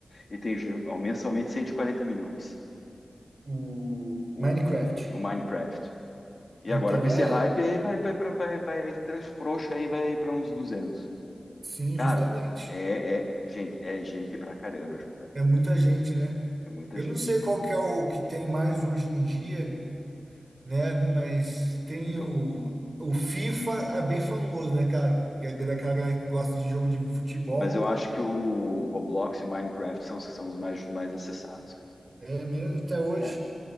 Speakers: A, on the left; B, on the right.
A: E tem ju- ó, mensalmente 140 milhões
B: o
A: o,
B: Minecraft.
A: o, o Minecraft. E
B: Então
A: agora com
B: é,
A: esse hype aí vai vai pra, vai vai trans- frouxo aí vai para uns duzentos
B: sim,
A: Cara,
B: justamente.
A: é, é- é- gente, é gente pra caramba jogando.
B: É muita gente, né?
A: É muita
B: Eu
A: gente.
B: não sei qual que é o que tem mais hoje em dia, né? Mas tem
A: Eu
B: o, o FIFA, é bem famoso, né? Aquela, que é daquela galera que gosta de jogo de futebol,
A: mas eu acho que o Roblox e o Minecraft são, os- são os mais mais acessados, cara.
B: é mesmo até hoje.
A: É.